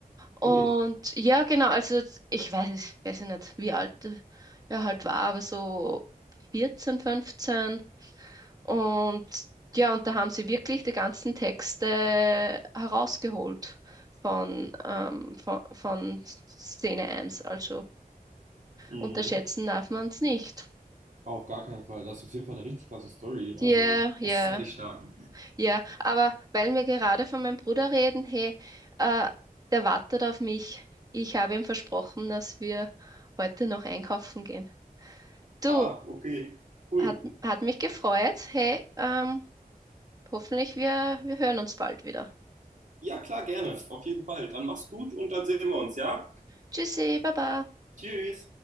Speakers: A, on the right (about 25°); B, on the right (about 55°).
A: Und
B: Ui.
A: ja, genau, also ich weiß, ich weiß ja nicht, wie alt er halt war, aber so 14, 15. Und ja, und da haben sie wirklich die ganzen Texte herausgeholt von, ähm, von, von Szene eins. Also
B: Mhm.
A: unterschätzen darf man es nicht.
B: Auf gar keinen Fall. Das ist auf jeden Fall eine richtig klasse Story. Also,
A: Ja, ja,
B: das ist Sehr dich stark.
A: ja. Aber weil wir gerade von meinem Bruder reden, hey, äh, der wartet auf mich. Ich habe ihm versprochen, dass wir heute noch einkaufen gehen. Du,
B: Ah, okay, cool.
A: hat, hat mich gefreut. Hey, ähm, hoffentlich wir, wir hören uns bald wieder.
B: Ja, klar, gerne. Auf jeden Fall. Dann mach's gut und dann sehen wir uns, ja?
A: Tschüssi, Baba.
B: Tschüss.